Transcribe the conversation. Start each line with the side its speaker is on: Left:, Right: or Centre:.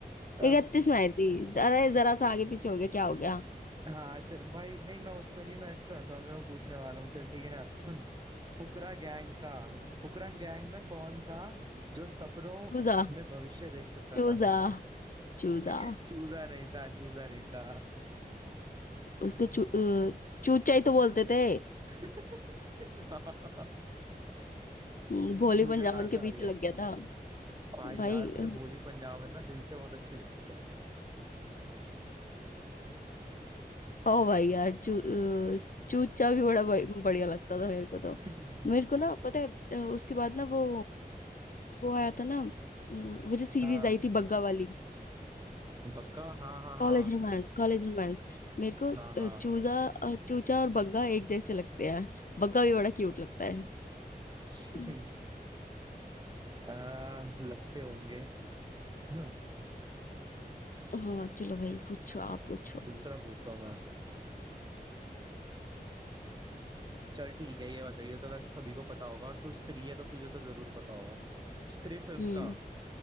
Right: अब
Left: इकतीस में आई थी अरे जरा सा आगे पीछे हो गया क्या हो गया
Right: हाँ चल भाई नहीं मैं उस पे नहीं मैं इस पे हंसा हूँ जो मैं पूछने वाला हूँ चल ठीक है ना हम्म, फुकरा गैंग का फुकरा गैंग में कौन था जो सपनों
Left: चूजा
Right: में भविष्य देख सकता
Left: चूजा
Right: था
Left: चूजा
Right: <laughs> चूजा नहीं था चूजा नहीं था
Left: उसको चू अ, चूचा ही तो बोलते थे
Right: <laughs>
Left: हम्म, भोली
Right: चूजा
Left: पंजाबन
Right: कहाँ से
Left: के
Right: आ
Left: पीछे
Right: गया
Left: लग गया था
Right: भाई
Left: भाई
Right: यार मुझे
Left: अ,
Right: भोली पंजाबन ना दिल से बहुत अच्छी लगती है
Left: ओ भाई यार चू अ, चूचा भी बड़ा ब- बढ़िया लगता था मेरे को तो
Right: <laughs>
Left: मेरे को ना पता है अ, उसके बाद ना वो वो आया था ना अम, वो जो सीरीज
Right: हाँ
Left: आई थी बग्गा वाली
Right: बग्गा हाँ हाँ
Left: College
Right: हाँ
Left: romance college romance मेरे को
Right: हाँ हाँ
Left: अ, चूजा अ, चूचा और बग्गा एक जैसे लगते हैं बग्गा भी बड़ा क्यूट लगता है
Right: <laughs>
Left: हम्म,
Right: आ, लगते होंगे <clears throat>
Left: हाँ चलो भाई पूछो आप पूछो
Right: दूसरा पूछता हूँ मैं चल ठीक है ये बताइए तो वैसे सभी को पता होगा और तू स्त्री है तो तुझे तो जरूर पता होगा स्त्री फिल्म
Left: हम्म
Right: का